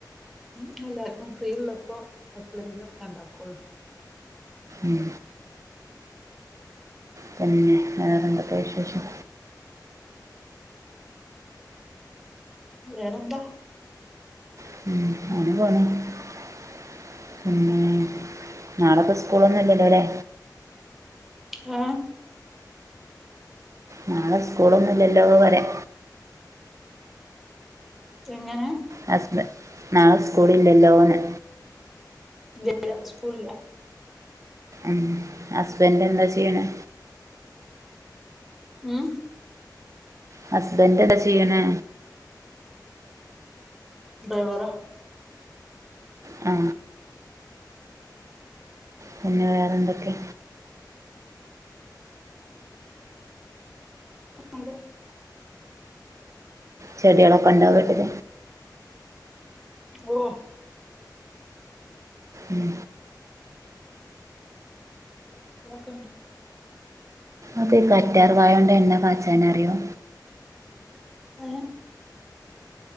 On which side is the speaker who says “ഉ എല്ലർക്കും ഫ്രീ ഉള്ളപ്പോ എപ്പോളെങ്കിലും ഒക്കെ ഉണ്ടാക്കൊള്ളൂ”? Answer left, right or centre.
Centre